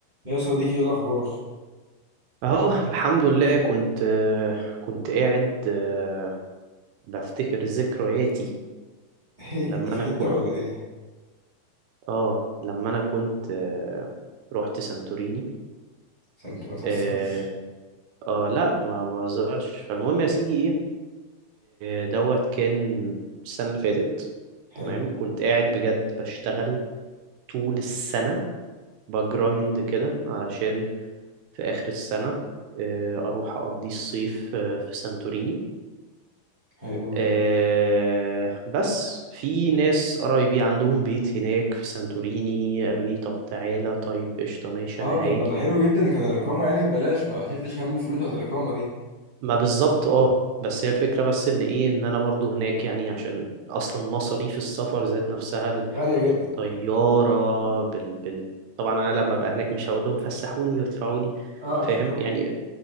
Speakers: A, on the right; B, on the right.
A: يا صديقي ايه الاخبار
B: اهو الحمد لله كنت آه، كنت قاعد آه، بفتكر ذكرياتي
A: ايه
B: لما
A: كنت في
B: انا
A: حته
B: كنت
A: ولا ايه
B: اه لما انا كنت آه، رحت سانتوريني
A: عشان انت ما تهزرش
B: اه آه، لا ما بهزرش فالمهم يا سيدي ايه آه، دوت كان السنة اللي فاتت
A: حلو
B: تمام كنت قاعد بجد بشتغل طول السنة بجرايند كده علشان في آخر السنة آه، أروح أقضي الصيف آه، في سانتوريني
A: حلو جدا
B: آه، بس في ناس قرايبي عندهم بيت هناك في سانتوريني قالوا لي طب تعالى طيب قشطة ماشي
A: اه
B: أنا
A: طب
B: هاجي
A: ما ده حلو جدا كان الاقامه يعني ببلاش ما شلتش هم الفلوس بتاعت الاقامه دي
B: ما بالظبط اه بس هي الفكرة بس ان ايه ان انا برضو هناك يعني عشان اصلا مصاريف السفر ذات نفسها ال-
A: غاليه جدا
B: الطيارة بال... بال... طبعا انا لما ابقى هناك مش هقول لهم فسحوني وادفعوا لي
A: اه
B: فاهم
A: اكيد طبعا
B: يعني